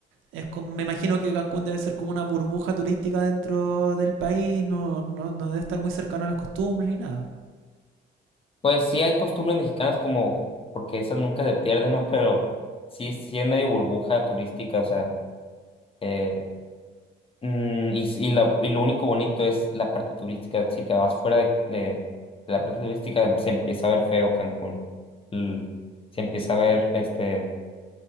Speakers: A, on the right; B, on the left.
A: es como, me imagino que Cancún debe ser como una burbuja turística dentro del país, no, no, no debe estar muy cercano a las costumbres ni nada.
B: Pues sí hay costumbres mexicanas como, porque esas nunca se pierden, ¿no? Pero sí, sí es medio burbuja turística, o sea, eh, mm, y, s- y, la- y lo único bonito es la parte turística. Si te vas fuera de, de- de la parte turística, em, se empieza a ver feo Cancún. L- se empieza a ver, este,